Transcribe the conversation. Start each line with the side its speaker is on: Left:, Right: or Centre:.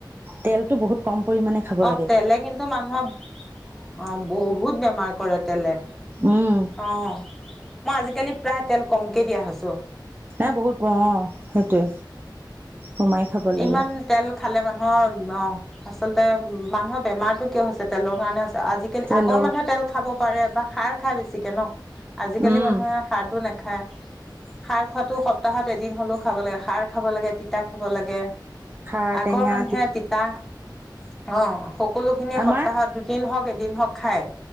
Right: তেলটো বহুত কম পৰিমাণে খাব
Centre: অ',
Right: লাগে
Centre: তেলে কিন্তু মানুহৰ, অ', বহুত বেমাৰ কৰে তেলে,
Right: উম
Centre: অ', মই আজিকালি প্ৰায় তেল কমকে দিয়া হৈছোঁ।
Right: মই বহুত কওঁ। সেইটোৱে। কমাই খাব
Centre: ইমান
Right: লাগে।
Centre: তেল খালে মানুহৰ অ', আচলতে মানুহৰ বেমাৰতটো কিয় হৈছে! তেলৰ কাৰণে হৈ আজিকালি,
Right: তেল
Centre: আগৰ মানুহে তেল খাব কি কৰে বা সাৰ খাই বেছিকে ন! আজিকালি
Right: উম
Centre: মানুহে খাৰ নেখায়েই! খাই। খাৰ খোৱাটো সপ্তাহত এদিন হ'লেও খাবলৈ <unintelligible> খাৰ খাব লাগে, তিতা খাব লাগে। আগৰ
Right: খাৰ টেঙা
Centre: মানুহে তিতা অঁ সকলো সকলোখিনি
Right: আমাৰ
Centre: সপ্তাহত দুদিন হওক এদিন হক খাই।